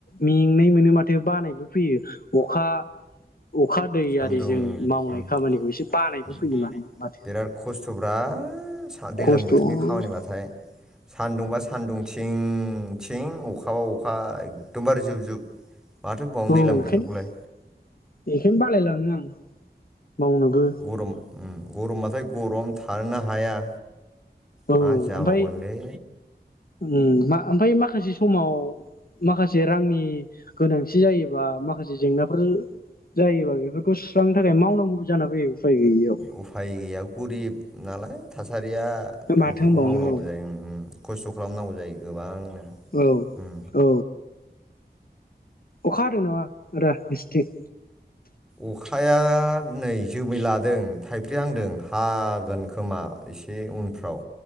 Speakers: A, on the left; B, in the centre.
A: मेंनाय मोनो माथो बानायबो फैयो अखा अखा दै
B: सानदुं
A: आरिजों मावनाय
B: उम
A: खामानिखौ एसे बानायबो
B: उम
A: फैयो मानो माथो
B: बिराद खस्थ'ब्रा दैज्लां
A: खस्थ'
B: बोथोरनि
A: औ
B: खामानिबाथाय। सान्दुंबा सान्दुं थिं थिं अखाबा अखा एकदमबारे जुब जुब। माथो बुंबावनो
A: औ
B: दैलां
A: बेखायनो
B: बोथोरखौलाय
A: बेखायनो बालायलाङो आं मावनोबो
B: गरम उम गरमबाथाय गरम थानोनो हाया।
A: औ
B: मा जाबावगोनलै
A: ओमफ्राय उम मा ओमफ्राय माखासे समाव माखासे रांनि गोनांथि जायोबा माखासे जेंनाफोर जायोबा बेफोरखौ सुस्रांनो थाखाय मावनांगौबो जाना फैयो उफाय गैयियाव
B: उफाय गैया गुरिब नालाय थासा रिया
A: माथो
B: बिदिखौ
A: होनबावनो
B: मावनांगौ
A: औ
B: जायो उम उम खस्थ' खालामनांगौ जायो गोबांनो।
A: औ
B: उम।
A: औ अखा हादों नामा आदा नोंसिन्थिं?
B: अखाया नै जोमै लादों थाइफ्रेहांदों हागोन खोमा एसे उनफ्राव